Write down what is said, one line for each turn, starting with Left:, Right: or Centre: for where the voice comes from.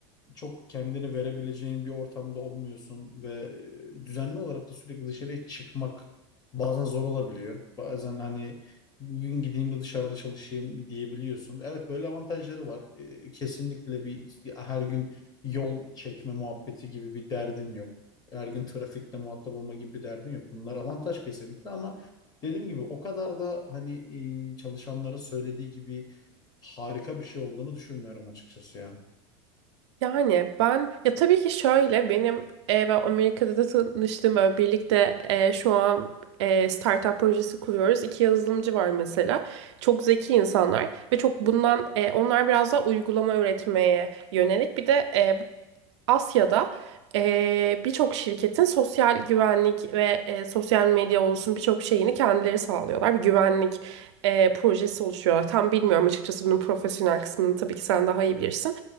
Left: çok kendini verebileceğin bir ortamda olmuyorsun ve e, düzenli olarak da sürekli dışarıya çıkmak bazen zor olabiliyor. Bazen hani bugün gideyim de dışarıda çalışayım diyebiliyorsun. Evet böyle avantajları var. E, Kesinlikle bir her gün yol çekme muhabbeti gibi bir derdin yok. Her gün trafikle muhatap olma gibi bir derdin yok. Bunlar avantaj kesinlikle ama dediğim gibi o kadar da hani e, çalışanların söylediği gibi harika bir şey olduğunu düşünmüyorum açıkçası ya.
Right: Yani ben ya tabii ki şöyle benim e, ben Amerika'da da tanıştığım böyle birlikte e, şu an e, startup projesi kuruyoruz. İki yazılımcı var mesela. Çok zeki insanlar ve çok bundan e, onlar biraz daha uygulama üretmeye yönelik bir de e, Asya'da eee, birçok şirketin sosyal güvenlik ve eee, sosyal medya olsun birçok şeyini kendileri sağlıyorlar. Bir güvenlik eee, projesi oluşuyorlar. Tam bilmiyorum açıkçası bunun profesyonel kısmını tabii ki sen daha iyi bilirsin.